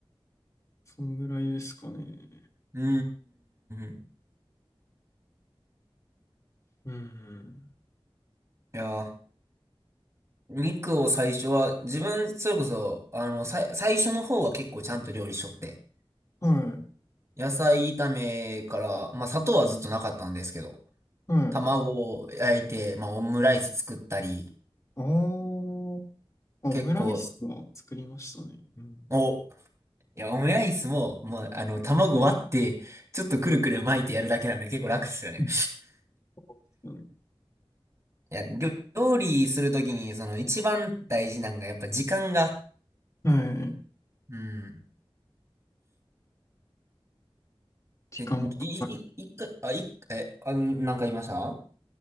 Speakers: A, on the left (about 35°); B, on the right (about 30°).
A: そんぐらいですかね。
B: うーん。
A: うん。
B: いやー、肉を最初は、自分、それこそ、あの、さい、最初の方は結構ちゃんと料理しとって。
A: はい。
B: 野菜炒めから、まあ砂糖はずっとなかったんですけど、
A: はい。
B: 卵を焼いて、まあオムライス作ったり、
A: あーあ、
B: 結構、
A: オムライスは作りましたね。うん。
B: お、いや、オムライスも、もう、あの、卵割って、ちょっとくるくる巻いてやるだけなんで結構楽っすよね。
A: うんそうですよね
B: いや、料料理するときに、その一番大事なのがやっぱ時間が、
A: はい。
B: うん。
A: 時間かか
B: で、い、い、い、一回あ、い、え、あ、なんか言いましたあ